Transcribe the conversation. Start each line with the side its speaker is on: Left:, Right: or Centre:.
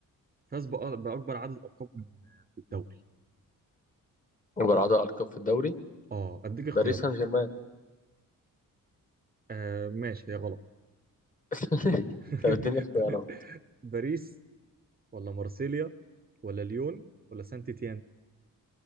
Right: فاز بأ- باكبر عدد القاب من في الدوري
Left: جرعة ألقاب في الدوري
Right: اه اديك اختيارات
Left: باريس سان جيرمان
Right: آه ماشي هي غلط
Left: <laughs>
Right: <laughs>
Left: طب اديني اختيارات
Right: باريس ولا مارسيليا ولا ليون ولا سانت تيان